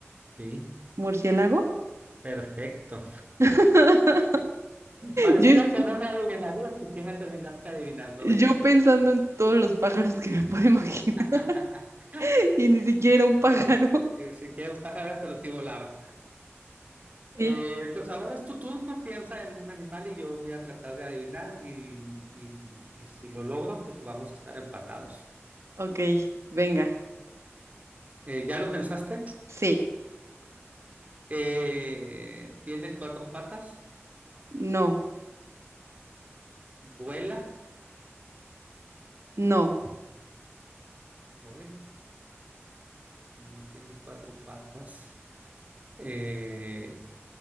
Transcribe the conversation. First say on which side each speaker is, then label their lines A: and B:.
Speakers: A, on the right (about 35°); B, on the right (about 80°).
A: Sí,
B: ¿Murciélago?
A: perfecto.
B: <laughs>
A: Parecía
B: Yo, es-
A: que no me adivinarías y sí me terminaste adivinando,
B: yo
A: ¿ves?
B: pensando en todos los pájaros que me puedo imaginar
A: <laughs>
B: <laughs> y ni siquiera un pájaro.
A: Eh, Si quieres un pájaro, pero sí volaba. Eh,
B: Sí,
A: pues ahora es tu turno, piensa en un animal y yo voy a tratar de adivinar y, y- y si lo logro, pues vamos a estar empatados.
B: ok, venga.
A: Eh, ¿ya lo pensaste?
B: Sí,
A: Eh, ¿tiene cuatro patas?
B: no,
A: ¿Vuela?
B: no,
A: Uy, no tiene cuatro patas. Eh,